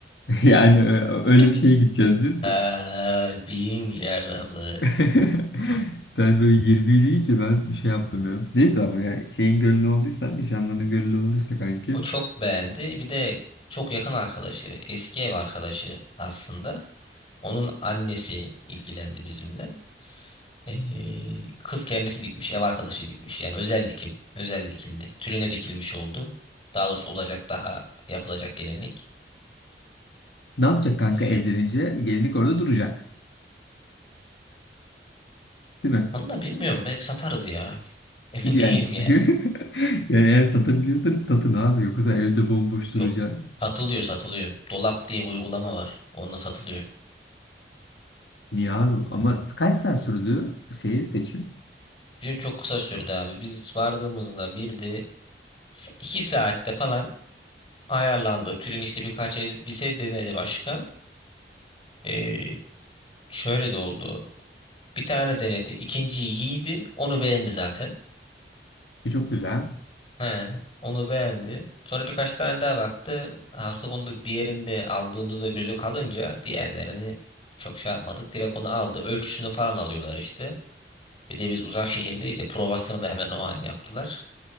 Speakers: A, on the left (about 80°); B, on the left (about 30°).
A: <laughs> Yani ö- öyle
B: <laughs>
A: bir şeye gideceğiz biz.
B: Kalbim yaralı.
A: <laughs> Sen böyle 20 deyince ben bir şey yaptım ya. Neyse ama ya şeyin gönlü olduysa nişanlının gönlü olduysa kanki
B: O çok beğendi. Bir de çok yakın arkadaşı, eski ev arkadaşı aslında. Onun annesi ilgilendi bizimle. Ee, kız kendisi dikmiş, ev arkadaşı dikmiş. Yani özel dikim, özel dikildi. Tüline dikilmiş oldu. Daha doğrusu olacak daha yapılacak gelinlik.
A: ne yapacak kanka
B: Yani
A: evlenince
B: öyle.
A: gelinlik orada duracak. Değil mi?
B: Onu da bilmiyorum. Belki satarız ya. <laughs> Emin
A: Yani,
B: değilim yani.
A: <laughs> yani eğer satabiliyorsanız satın abi. Yoksa evde bomboş duracak.
B: Yok. Satılıyor, satılıyor. Dolap diye bir uygulama var. Onunla satılıyor.
A: Niye abi? Ama kaç saat sürdü şeyi seçim?
B: Bizim çok kısa sürdü abi. Biz vardığımızda bir de s- iki saatte falan ayarlandı. Tülin işte birkaç elbise denedi başka. Ee, şöyle de oldu. Bir tane denedi. ikinciyi giydi. Onu beğendi zaten.
A: E, çok güzel.
B: He, onu beğendi. Sonra birkaç tane daha baktı. Hafta onu diğerinde aldığımızda gözü kalınca diğerlerini çok şey yapmadık. Direkt onu aldı. Ölçüsünü falan alıyorlar işte. Bir de biz uzak şehirdeyiz ya provasını da hemen o an yaptılar.